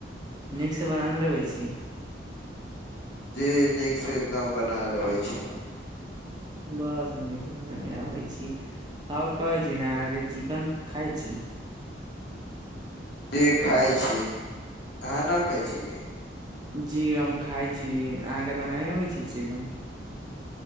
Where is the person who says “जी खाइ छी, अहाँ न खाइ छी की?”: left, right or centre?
Left